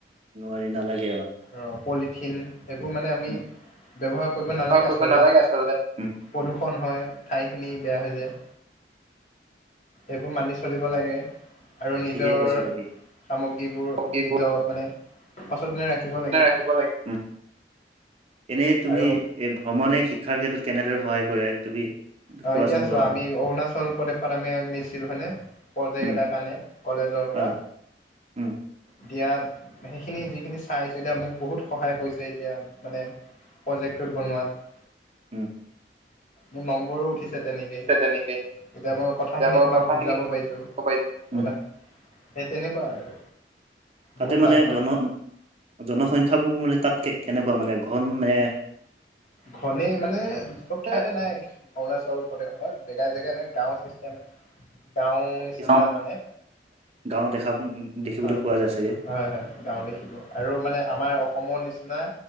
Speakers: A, on the right; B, on the left.
A: নোৱাৰি নালাগে
B: অ' পলিথিন এবোৰ মানে আমি
A: উম।
B: ব্যৱহাৰ কৰিব নালাগে
A: ব্যৱহাৰ কৰিব
B: আচলতে।
A: নালাগে আচলতে। উম
B: প্ৰদূষণ হয়, ঠাইখিনি বেয়া হৈ যায়। এইবো মানি চলিব লাগে। আৰু নিজৰ
A: ঠিকেই কৈছা তুমি।
B: সামগ্ৰীবোৰ
A: হবিবোৰ
B: নিজৰ মানে সচেতনে ৰাখিব লাগে
A: ৰাখিব লাগে। এনে তুমি
B: আৰু
A: এ ভ্ৰমণে শিক্ষাৰ ক্ষেত্ৰত কেনেদৰে সহায় কৰে তুমি
B: অ'
A: কোৱাচোন
B: এতিয়া চোৱা
A: বাৰু
B: আমি অৰুণাচল প্ৰদেশত আমি নিছিল হয়নে, প্ৰজেক্ট
A: উম
B: এটাৰ কাৰণে কলেজৰ ৰ পৰা
A: অ উম
B: এতিয়া হেখিনি যিখিনি চাইছো এতিয়া মোক বহুত সহায় কৰিছে এতিয়া মানে প্ৰজেক্ট তো বনোৱাত।
A: উ।
B: মোৰ নম্বৰো উঠি উঠিছে তেনেকে
A: তেনেকে
B: এতিয়া মই কথাখিনি
A: যে মই
B: তোমাক
A: কথাখিনি
B: বুজাব পাইছোঁ।
A: ক'ব পাৰিছো। উম
B: অনা সেই তেনেকুৱা আৰু।
A: তাতে
B: বহুত
A: মানে
B: লাভ
A: জন
B: আৰু
A: জনসংখ্যা বোৰ মানে তাত কেনেকুৱা মানে। ঘন নে
B: ঘনেই মানে চব ঠাইতে
A: উম
B: নাই কি অৰুণাচল প্ৰদেশৰ যে জেগাই জেগাই মানে গাঁও ছিষ্টেম, গাঁও নিচিনা
A: কিছুমান
B: মানে
A: গাঁও দেখা দেখিবলৈ
B: হয়
A: পোৱা যায় চাগে
B: হয়- হয় গাঁও দেখিব আৰু মানে আমাৰ অ সম নিচিনা